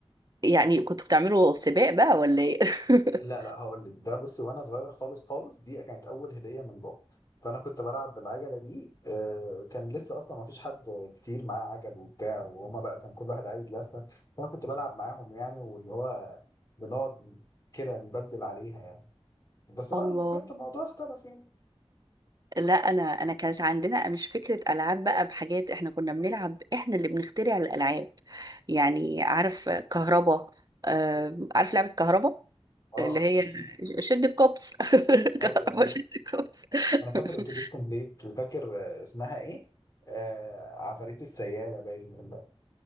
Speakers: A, on the right; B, on the left.
A: يعني كنتوا بتعملوا سباق بقى ولا ايه <laughs>
B: لا لا هقول لك ده بصي وانا صغير خالص خالص دي كانت اول هديه من بابا فانا كنت بلعب بالعجله دي آه، كان لسه اصلا ما فيش حد كتير معاه عجل وبتاع وهما بقى كان كل واحد عايز لفه فانا كنت بلعب معاهم يعني واللي هو بنقعد كده نبدل عليها يعني بس بعد
A: الله
B: ما كبرت الموضوع اختلف يعني
A: لا انا انا كانت عندنا مش فكره العاب بقى بحاجات احنا كنا بنلعب احنا اللي بنخترع الالعاب يعني عارف كهربا آم، عارف لعبه كهربا
B: اه
A: اللي هي
B: اكيد
A: شد الكوبس <laughs>
B: ايوه
A: كهربا
B: أيوة.
A: شد الكوبس
B: انا فاكر
A: <laughs>
B: اتوبيس كومبليت وفاكر آه، اسمها ايه آه عفاريت السياله باين ولا